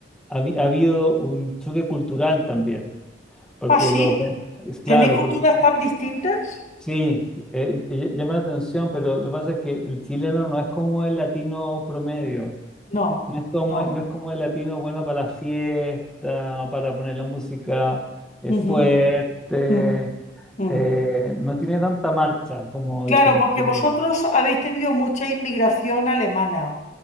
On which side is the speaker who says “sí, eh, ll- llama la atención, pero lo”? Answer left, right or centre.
Centre